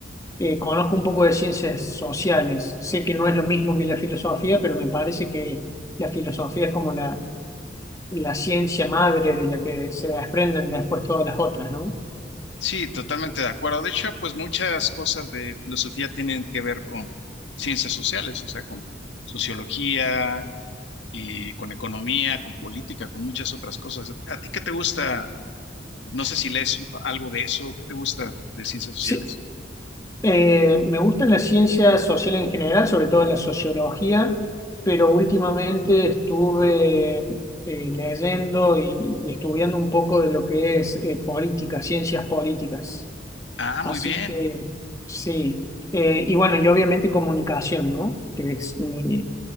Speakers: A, on the left; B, on the left.
A: eh, conozco un poco de ciencias sociales. Sé que no es lo mismo que la filosofía, pero me parece que la filosofía es como la, la ciencia madre de la que se desprenden después todas las otras, ¿no?
B: sí, totalmente de acuerdo. De hecho, pues muchas cosas de filosofía tienen que ver con ciencias sociales, o sea, con sociología y con economía, con política, con muchas otras cosas. ¿A ti qué te gusta? No sé si lees algo de eso, ¿qué te gusta de ciencias sociales?
A: Sí, Eh, me gustan las ciencias sociales en general, sobre todo la sociología, pero últimamente estuve eh, leyendo y, y estudiando un poco de lo que es eh, política, ciencias políticas.
B: Ah, muy
A: Así
B: bien.
A: que sí. Eh, y bueno, y obviamente comunicación, ¿no? Que es mi,